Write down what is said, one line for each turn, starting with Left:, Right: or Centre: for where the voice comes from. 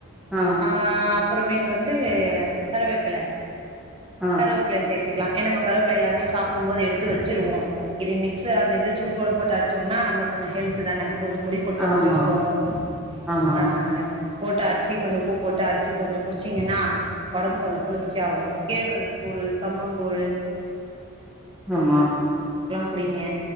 Centre: ஆ
Right: ஆஹ் அப்பற மீட்டுக்கு வந்து கருவேப்பல
Centre: ஆ
Right: கருவேப்பில சேத் ததுகலா ஏ நம்ம கருப்வேப்புல எல்லாமே சாப்புடும் போது எடுத்து வச்சிருவோம் இது மிக்ஸ்ஆனது ஜூஸ் போடு போட்டு அடிச்சோம்னா நம்ப கொஞ்ச ஹெல்த்துதானே கொஞ்ச முடி கொட்றத
Centre: ஆமா
Right: நிருத்தும்
Centre: ஆமா
Right: அதுனால போட்டு அடிச்சு கொஞ்ச உப்பு போட்டு அடிச்சு கொஞ்ச குடிச்சீங்கனா ஒடம்பு கொஞ்ச குளிர்ச்சி ஆகும் கேழ்வரகு கூழ் கம்பங்கூழ்
Centre: ஆமா
Right: புடிங்க